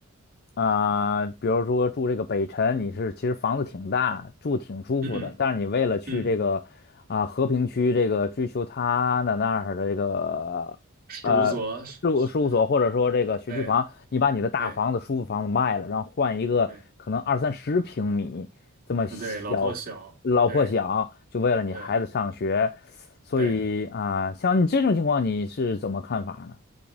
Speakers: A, on the left; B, on the right.
A: 啊、比如说住这个北辰，你是其实房子挺大，住挺舒服的，
B: 嗯
A: 但是你为了去这个啊、
B: 嗯，
A: 和平区这个追求它的那儿的这个呃事务事务所或者说这个学区房，
B: 事务所，是是对
A: 你把你的大房子、
B: 对。
A: 舒服房子卖了，然后换一个可能二三十平米这么小、
B: 对，嗯，对，老破小，
A: 老破小，
B: 对，
A: 就为了你孩子上学，
B: 对，
A: 所以啊、
B: 对，
A: 像你这种情况，你是怎么看法呢？